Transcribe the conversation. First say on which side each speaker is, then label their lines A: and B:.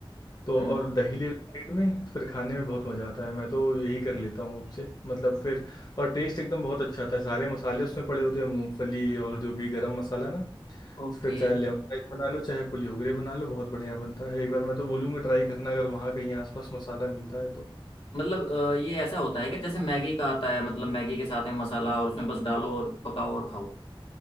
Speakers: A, on the left; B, on the left.
A: तो
B: हम्म
A: और दही ले लो साइड में फिर खाने में बहुत मज़ा आता है मैं तो यही कर लेता हूँ अब से मतलब फिर और टेस्ट एकदम बहुत अच्छा आता है सारे मसाले उसमें पड़े होते हैं मूंगफली और जो भी गरम मसाला ना तो
B: ओके
A: फिर चाहे लेमन राइस बना लो चाहे पुली होगरे बना लो बहुत बढ़िया बनता है एक बार मैं तो बोलूँगा ट्राई करना अगर वहाँ कहीं आसपास मसाला मिलता है तो
B: मतलब अ, ये ऐसा होता है कि जैसे मैगी का आता है मतलब मैगी के साथ में मसाला और उसमें बस डालो और पकाओ और खाओ